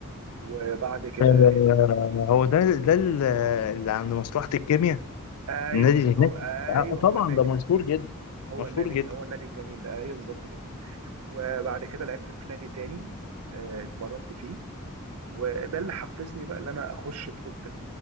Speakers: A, on the right; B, on the left.
A: وبعد كده
B: آه، هو ده ده ال- اللي عند مصلحة الكيمياء
A: ايوه
B: النادي
A: بالظبط
B: اللي هناك
A: هو ايوه
B: آه،
A: هو
B: طبعا
A: النادي
B: ده مشهور جدا
A: هو
B: مشهور
A: النادي
B: جدا
A: هو النادي الجميل ده ايوه بالظبط كده وبعد كده لعبت في نادي تاني آه، اتمرنت فيه وده اللي حفزني بقى ان انا اخش بطوله